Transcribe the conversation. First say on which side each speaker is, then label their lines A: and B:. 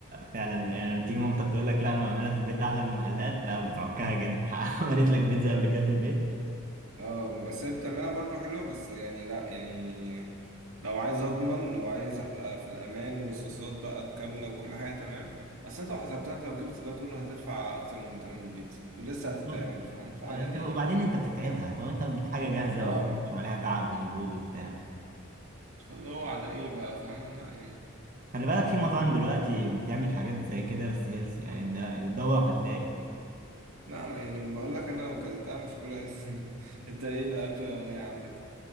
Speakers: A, on the right; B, on the right.
A: فعلا يعني تيجي مامتك تقول لك لا انا بعملها في البيت احلى من المحلات لا بتعكها جدا <laughs> عملت لك بيتزا قبل كده في البيت
B: اه بس هي بتعملها برضه حلوة بس يعني لا يعني لو عايز اضمن وعايز ابقى في الامان والصوصات بقى كاملة وكل حاجة تمام اصل انت لو حسبتها انت لو جبت ده كله هتدفع اكتر من تمن البيتزا ولسه هتتعمل
A: <laughs>
B: فاهم فعلى
A: وانت
B: ايه
A: وبعدين
B: يعني
A: انت بتتعبها طب انت بتجيب حاجه جاهزه
B: اه
A: وعليها تعب ومجهود وبتاع
B: فاللي هو على ايه بقى فاهم لا يعني
A: خلي بالك في مطاعم دلوقتي بتعمل حاجات زي كده بس هيلثي يعني تدور هتلاقي
B: لا ما يعني بقول لك انا لو اكلتها مش كلها <laughs> انت ايه الاكلة الاغنية عندك